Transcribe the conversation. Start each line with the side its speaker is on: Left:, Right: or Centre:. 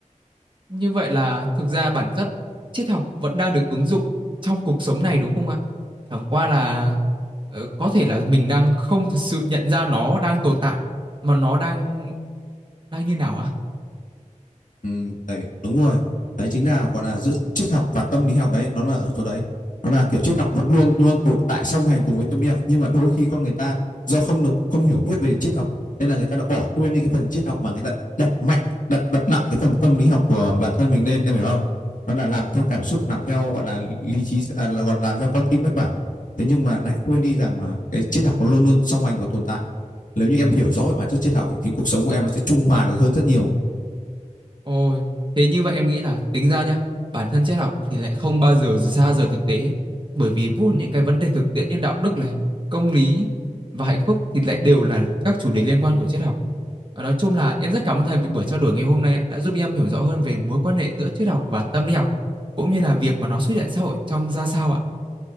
Right: Như vậy là thực ra bản chất triết học vẫn đang được ứng dụng trong cuộc sống này đúng không ạ? Chẳng qua là ờ, có thể là mình đang không thật sự nhận ra nó đang tồn tại mà nó đang đang như nào ạ?
Left: Ừ, tại đúng rồi đấy chính là gọi là giữa triết học và tâm lý học đấy nó là ở chỗ đấy nó là kiểu triết học vẫn luôn luôn tồn tại song hành cùng với tâm lý học nhưng mà đôi khi con người ta do không được không hiểu biết về triết học nên là người ta đã bỏ quên đi cái phần triết học mà người ta đặt mạnh đặt đặt nặng cái phần tâm lý học của bản thân mình lên em hiểu không nó là làm theo cảm xúc làm theo gọi là lý trí à, là gọi là làm theo con tim mách bảo thế nhưng mà lại quên đi rằng là cái triết học nó luôn luôn song hành và tồn tại nếu như em hiểu rõ về bản chất triết học ấy, thì cuộc sống của em nó sẽ trung hòa được hơn rất nhiều
Right: Ôi, thế như vậy em nghĩ là tính ra nhá, bản thân triết học thì lại không bao giờ ra rời thực tế bởi vì vốn những cái vấn đề thực tiễn như đạo đức này, công lý và hạnh phúc thì lại đều là các chủ đề liên quan của triết học. Và nói chung là em rất cảm ơn thầy vì buổi trao đổi ngày hôm nay đã giúp em hiểu rõ hơn về mối quan hệ giữa triết học và tâm lý học cũng như là việc mà nó xuất hiện xã hội trong ra sao ạ.